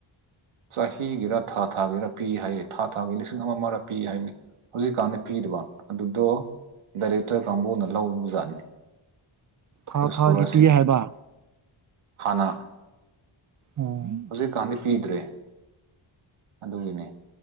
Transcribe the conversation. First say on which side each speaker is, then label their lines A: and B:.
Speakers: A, on the right (about 85°); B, on the right (about 40°).
A: ꯆꯍꯤꯒꯤꯔ ꯊꯥ ꯊꯥꯒꯤꯔ ꯄꯤ ꯍꯥꯏꯌꯦ ꯊꯥ ꯊꯥꯒꯤ ꯂꯤꯁꯤꯡ ꯑꯃ ꯑꯃꯔ ꯄꯤ ꯍꯥꯏꯝꯅꯤ ꯍꯧꯖꯤꯛꯀꯥꯟꯗꯤ ꯄꯤꯗꯕ ꯑꯗꯨꯗꯣ ꯗꯥꯏꯔꯦꯛꯇꯔ ꯀꯥꯡꯕꯨꯅ ꯂꯧꯕꯖꯥꯠꯅꯤ
B: ꯊꯥ
A: ꯑꯗꯨ ꯏꯁꯀꯣꯂꯥꯔꯁꯤꯞ
B: ꯊꯥꯒꯤ ꯄꯤ ꯍꯥꯏꯕ
A: ꯍꯥꯟꯅ
B: ꯎꯝ
A: ꯍꯧꯖꯤꯛꯀꯥꯟꯗꯤ ꯄꯤꯗ꯭ꯔꯦ ꯑꯗꯨꯒꯤꯅꯦ